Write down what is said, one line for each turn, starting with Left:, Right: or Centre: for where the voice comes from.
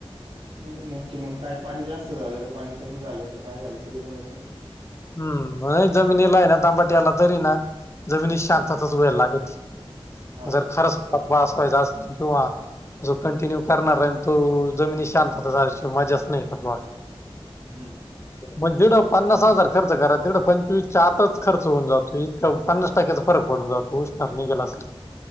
Right: नाही नेमकी मग काय पाणी जास्त झालं का पाणी कमी झालं का काय झालं ते कळत नाही..
Left: हम्म जमिनीला आहे ना तांबाट आला तरी ना जमिनीत शांतताच
Right: हं,
Left: वेयळ लागेल.
Right: हा
Left: जर खरंच ब असवायचा अस किंवा जो कंटिन्यू करणार आहे आणि तो जमिनी शांतता झाल्याशिवाय मजच नाही येतात वा
Right: हम्.
Left: म्हण जिडव पन्नास हजार. खर्च करा तिकडं पंचवीसच्या आतच खर्च होऊन जातो इतकां पन्नास टक्क्याचा फरक पडून जातो उष्ण नाही गेला असली.